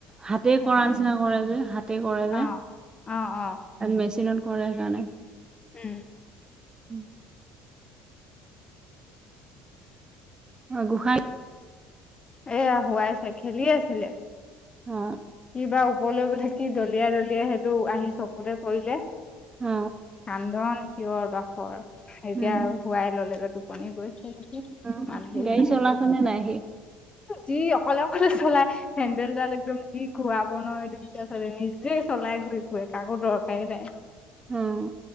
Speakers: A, on the right; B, on the left.
A: হাতে
B: সেইকাৰণে
A: কৰা নিচিনা কৰে যে হাতে কৰে যে।
B: অ অ অ
A: মেচিনত কৰে সেইকাৰণে।
B: উম।
A: উম। অ গোসাই।
B: এয়া হুৱাইছে খেলি আছিলে।
A: অ
B: ক বা ওপৰলৈ বোলে কি দলিয় দলিয় সেইটো আহি চকুৰে পৰিলে।
A: অ
B: কান্দন চিঞৰ বাখৰ এতিয়া
A: উম
B: হোৱাই ললে যে ত। পণ গৈছে নেকি
A: অ
B: মাৰদ
A: গাড়ী
B: নাই।
A: চলাইছে নে নাই সি
B: যি অকলে অকলে চলাই হেন্দলডাল একদম। যি খৰা ব নোৱ দুইটা ছোৱালী নিজে চলাই ঘূৰি ফুৰে কাকো দৰকাৰী নাই।
A: উম।